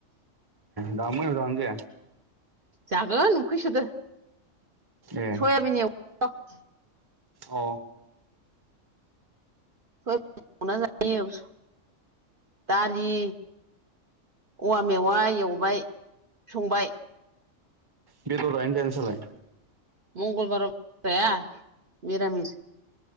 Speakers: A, on the right; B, on the right.
A: दा मोनायाव जागोन दे
B: जागोन उखैसोदो
A: ए
B: सयाबिन एव <unintelligible>
A: अ
B: <unintelligible> दालि औवा मेवा एवबाय संबाय।
A: बेदर जानो ना जाया नोंसालाय।
B: मंगलबारावाया मिरामिस।